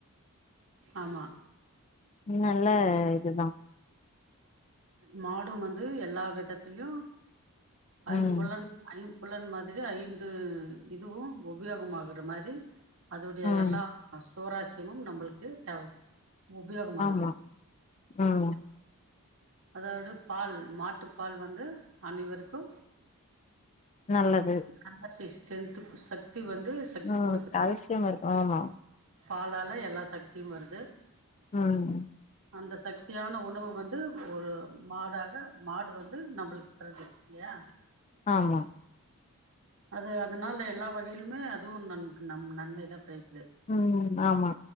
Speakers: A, on the right; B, on the left.
A: ஆமா
B: நல்ல இதுதா
A: மாடு வந்து எல்லா விதத்திலயு ஐம்புலன்
B: ம்
A: ஐம்புலன் மாதிரி ஐந்து இதுவு உபயோகமாகற மாரி அதுடைய
B: ம்
A: எல்லா சுவராசயமு நம்மளுக்கு தேவ உபயோகமாகுது
B: ஆமா ம்
A: அதோ டு பால் மாட்டு பால் வந்து அனைவருக்கு
B: நல்லது
A: நம்ம ஸ்ட்ரெத்துக்கு சக்தி வந்து சக்தி
B: ம்
A: குடுக்கு
B: தல்சியம் இருக்கு ஆமா
A: பாலால எல்லா சக்தியு வருது
B: ம்
A: அந்த சக்தியான உணவு வந்து ஒரு மாடாக மாடு வந்து நம்மளுக்கு தருது ஏ
B: ஆமா
A: அது அதனால எல்லா வகையிலுமே அதுவு நமக்கு நம் நன்மைதா பயக்குது
B: ம் ஆமா